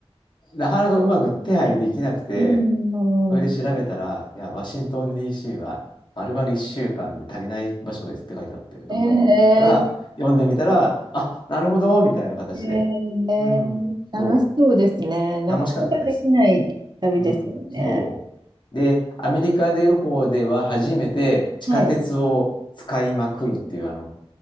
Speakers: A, on the left (about 50°); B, on the right (about 45°).
A: なかなかうまく手配できなくて、
B: うん、
A: それで調べたら、
B: うん。
A: いや、ワシントン DC は丸々1週間で足りない場所ですって書いてあって、なんだろうと思ったら、
B: えー、
A: 読んでみたら、あ、なるほど、みたいな形で。
B: えー、
A: うん、
B: 楽しそうですね。
A: そ
B: なかなかできない旅ですよね。
A: う、楽しかったです。うん、そう。で、アメリカで旅行では初めて地下鉄を使いまくるっていう、
B: はい。
A: あの、